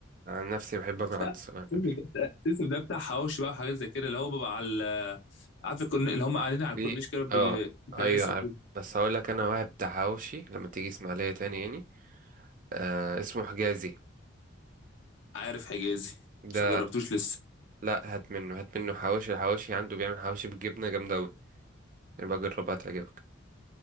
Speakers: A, on the right; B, on the left.
A: انا نفسي بحب اكل عند
B: لا
A: الصلاة على النبي
B: سمسم ده بتاع- سمسم ده بتاع حواوشي بقى وحاجات زي كده اللي هو بيبقى على ال- عارف الكورن... اللي هم قاعدين على الكورنيش
A: في
B: كده بي-
A: اه
B: في
A: ايوه
B: كراسي
A: عارف
B: كده
A: بس هقول لك انا واحد بتاع حواوشي لما تيجي اسماعيلية تاني يعني آه اسمه حجازي
B: عارف حجازي
A: ده
B: مش جربتوش لسه
A: لا هات منه هات منه حواوشي الحواوشي عنده بيعمل حواوشي بالجبنة جامدة اوي يبقى جربها تعجبك